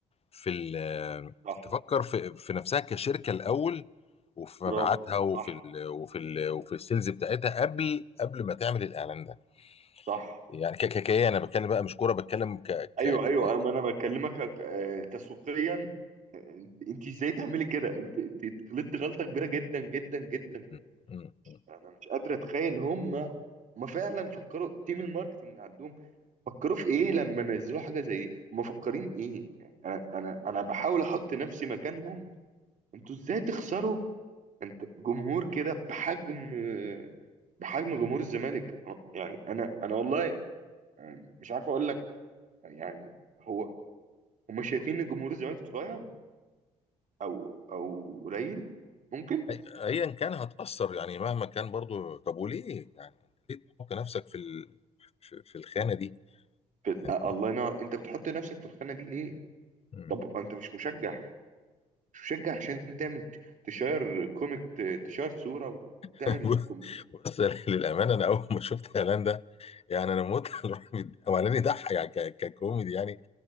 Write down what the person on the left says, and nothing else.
في ال-
تفكر في في نفسها كشركه الاول وفي
مبيعاتها وفي
ال وفي ال وفي السيلز بتاعتها قبل قبل ما تعمل الاعلان ده
يعني ككيكيه انا بتكلم بقى مش كوره بتكلم ك ك
ك-
م- م- م.
أي- ايا كان هتأثر يعني مهما كان برضو طب وليه يعني ليه تحط نفسك في ال... في في الخانه دي
يعني
م.
<laughs>
بص للامانه انا اول ما شفت اعلان ده يعني انا موت على الراجل ده. <laughs> هو اعلان يضحك يعني ك- ككوميدي يعني